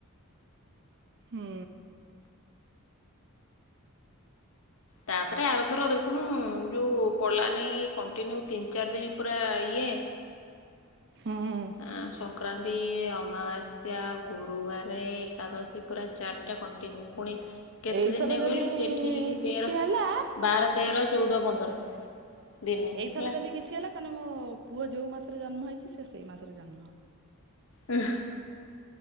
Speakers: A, on the right (about 55°); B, on the left (about 65°).
A: ହୁଁ।
B: ତାପରେ ଆରଥର ଦେଖୁନୁ ଯୋଉ ପଳିଲା ନେଇକି କଣ୍ଟିନ୍ୟୁ ତିନି ଚାରି ଦିନି ପୁରା ଇଏ
A: ହୁଁ
B: ଆ ସଂକ୍ରାନ୍ତି ଅମାବାସ୍ ଗୁରୁବାର ଏକାଦଶୀ ପୁରା ଚାରିଟା କଣ୍ଟିନ୍ୟୁ ପୁଣି କେତେ
A: ଏଇଥର
B: ଦିନରେ
A: ଯଦି
B: କିଇଲୁ ସେଠିକି
A: କିଛି
B: ତେର
A: ହେଲା
B: ବାର ତେର ଚଉଦ ପନ୍ଦର ଦିନେ
A: ଥରେ
B: ହେଲା
A: ଯଦି କିଛି ହେଲା ତାହେଲେ ମୋ ପୁଅ ଯେଉଁ ମାସରେ ଜନ୍ମ ହୋଇଛି ସେ ସେଇ ମାସରେ ଜନ୍ମ ହେବ।
B: ଉ